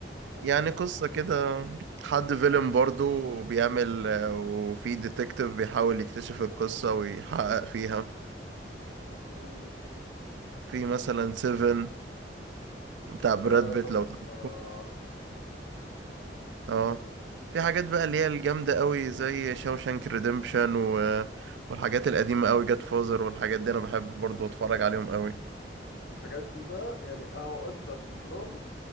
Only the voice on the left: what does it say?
مم.
مم.
ده
طبعا
آه،
الحاجات دي بقى يعني اهو قشطة عشان دراما